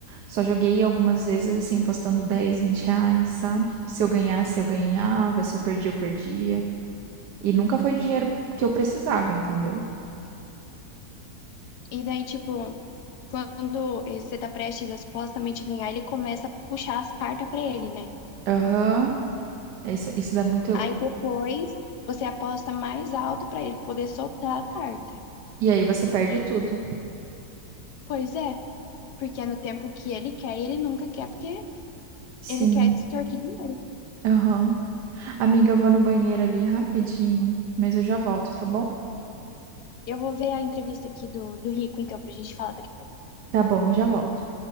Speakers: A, on the right; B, on the left.
A: só joguei algumas vezes assim, apostando 10, 20 reais, sabe? Se eu ganhasse, eu ganhava, se eu perdia, eu perdia. E nunca foi o dinheiro que eu precisava, entendeu?
B: E daí, tipo, quando você tá prestes a supostamente ganhar, ele começa a puxar as cartas pra ele, né?
A: Aham, Isso, isso dá muito.
B: Aí depois você aposta mais alto pra ele poder soltar a carta.
A: E aí você perde tudo.
B: Pois é, porque é no tempo que ele quer e ele nunca quer, porque
A: Sim,
B: ele quer extorquir dinheiro.
A: aham. Amiga, eu vou no banheiro ali rapidinho, mas eu já volto, tá bom?
B: Eu vou ver a entrevista aqui do, do Rico, então, pra gente falar daqui a pouco
A: Tá bom, já volto.